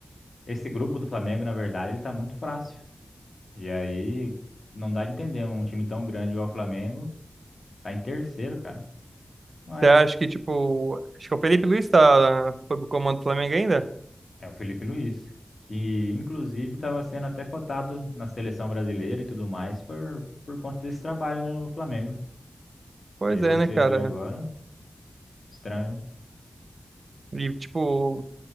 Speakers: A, on the left (about 65°); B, on the right (about 70°).
A: esse grupo do Flamengo, na verdade, ele tá muito fácil. E aí, não dá de entender um time tão grande igual o Flamengo, tá em terceiro, cara. Olha,
B: Você acha que, tipo, acho que o Felipe Luiz tá, foi pro comando do Flamengo ainda?
A: é o Felipe Luiz, que inclusive estava sendo até cotado na seleção brasileira e tudo mais por, por conta desse trabalho no Flamengo.
B: Pois
A: E aí
B: é,
A: você
B: né, cara?
A: vê agora, estranho. né?
B: E, tipo,